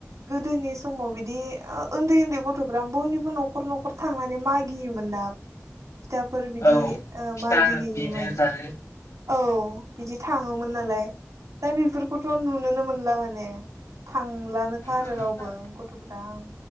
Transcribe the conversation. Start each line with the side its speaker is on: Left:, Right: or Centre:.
Right: गोदोनि समाव बिदि बिदि उन्दै उन्दै गथ'फ्रा बयनिबो न'खर न'खर थांनानै मागियोमोन ना फिथाफोर बिदि
Left: औ
Right: ओ
Left: फिथा
Right: मागि हैैयोमोन
Left: बिनो जानो
Right: औ बिदि थाङोमोन नालाय दा बेफोरखौथ' नुनोनो मोनला माने थांलानोखा
Left: नुनो
Right: आरो
Left: मोनला
Right: रावबो गथ'फ्रा ओं